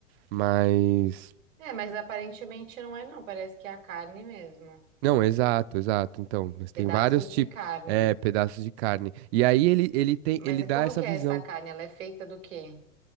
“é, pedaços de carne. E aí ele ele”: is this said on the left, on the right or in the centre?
Right